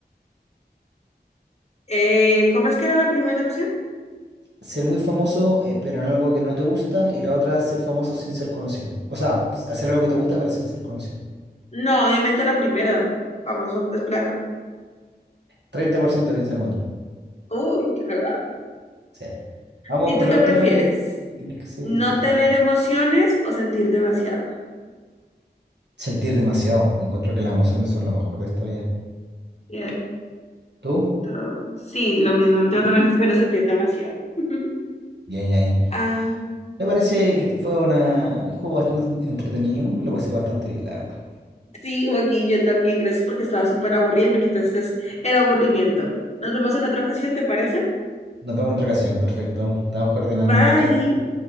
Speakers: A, on the left (about 40°); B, on the right (about 85°).
A: Eh, ¿cómo es que era la primera opción?
B: Ser muy famoso eh, pero en algo que no te gusta y la otra ser famoso sin ser conocido. O sea, hacer algo que te gusta pero sin ser conocido.
A: No, obviamente la primera. Famoso es plata.
B: 30% piensa como tú.
A: Uy, qué cagada.
B: Sí. Vamos
A: ¿Y
B: con
A: tú
B: la
A: qué
B: última
A: prefieres?
B: y, y,
A: ¿No
B: y
A: tener
B: estamos.
A: emociones o sentir demasiado?
B: Sentir demasiado. Encuentro que las emociones son lo mejor de esta vida.
A: Bien.
B: ¿Tú?
A: Todo- Sí, lo mismo. Yo también prefiero sentir demasiado. <laughs>
B: Bien, Yain.
A: Ah,
B: Me parece que fue una, un juego bastante entretenido. Me lo pasé bastante bien, la verdad.
A: sí, Joaquín, yo también. Gracias porque estaba súper aburrida y me quitaste el aburrimiento. Nos vemos en otra ocasión, ¿te parece?
B: Nos vemos en otra ocasión. Perfecto. Estamos coordinando.
A: Bye.
B: Chao, chao.